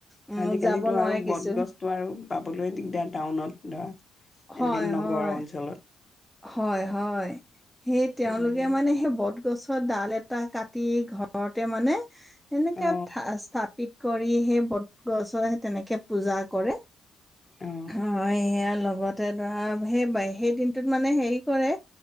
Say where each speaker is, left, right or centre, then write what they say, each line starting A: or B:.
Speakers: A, in the centre; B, on the left.
A: উম
B: আজিকালি
A: যাব নোৱাৰে
B: আৰু
A: কিছু
B: বটগছতটো আৰু পাবলৈ দিগদাৰ টাউনত ধৰা এনেকে
A: হয়
B: নগৰ
A: হয়
B: অঞ্চলত
A: হয় হয় সেই তেওঁলোকে
B: উম,
A: মানে সেই বত গছৰ ডাল এটা কাটি ঘৰতে মানে এনেকে
B: অ
A: স্থাপিত কৰি সেই বট গছৰ তেনেকে পূজা কৰে
B: অ
A: হয় সেয়া লগত তা সেই বাই সেইদিন মানে হে কৰে